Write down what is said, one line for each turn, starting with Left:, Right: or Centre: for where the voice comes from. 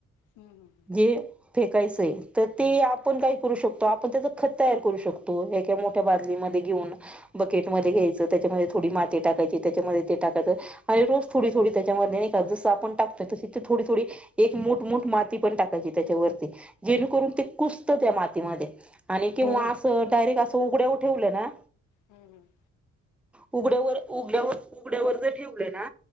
Left: हम्म
Centre: जे फेकायचंय तर ते आपण काय करू शकतो, आपण त्याचं खत तयार करू शकतो, हे काय मो ठ्या बादलीमध्ये घेऊन बकेटमध्ये घ्यायचं, त्याच्यामध्ये थोडी माती टाकायची, त्याच्यामध्ये ते टाकायचं आणि रोज थोडी थोडी त्याच्यामध्ये नाही का जसं आपण टाकतो तशी थोडी थोडी एक मुठमुठ माती पण टाकायची त्याच्यावरती. जेणेकरून ते कुसतं त्या मातीमध्ये आणि
Left: हम्म
Centre: किंवा
Left: हो
Centre: असं डायरेक्ट असं तू उघड्याऊ ठेवलं ना?
Left: हम्म हम्म.
Centre: उघड्यावर उघड्यावर उघड्यावर जर ठेवलं ना